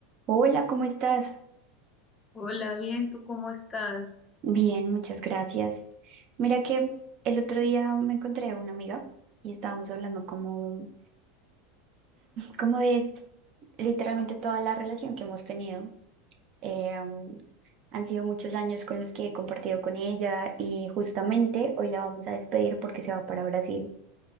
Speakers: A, on the right; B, on the left.
A: Hola, ¿cómo estás?
B: Hola, bien, ¿tú cómo estás?
A: Bien, muchas gracias. Mira que el otro día me encontré una amiga y estábamos hablando como, como de literalmente toda la relación que hemos tenido. Eh, um, han sido muchos años con los que he compartido con ella y justamente hoy la vamos a despedir porque se va para Brasil.